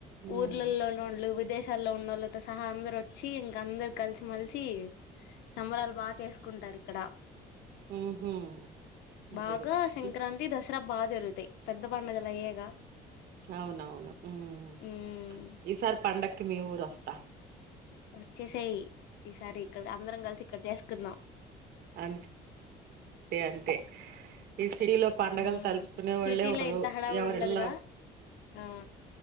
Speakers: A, on the right; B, on the left.
A: హ్మ్
B: ఊర్లలో లొల్లు వ్ వీదేశాల్లో ఉన్నోళ్ళతో సహా అందరు ఒచ్చి ఇంకా అందరు కలిసి మెలిసి సంబరాలు బా చేసుకుంటారు ఇక్కడ
A: ఉహుమ్
B: బాగా
A: వెర్
B: సంక్రాంతి
A: ఇ
B: దసరా బా జరుగుతాయి పెద్ద పండుగలాయ్యేగా
A: అవునవును ఉమ్
B: ఉమ్
A: ఈసారి పండక్కి మీ ఊరోస్తా
B: ఒచ్చేసేయి ఈసారి ఇక్కడ అందరం కలిసి ఇక్కడ చేసుకుందాం
A: అంత్ తె అంతే ఈ సిలిలో పండగలు
B: ఉమ్
A: తలుచుకునే వాళ్ళే
B: సిటీలో
A: ఉండరు
B: ఇంత హడావుడి
A: ఎవరిల్లా
B: ఉండదుగా ఆ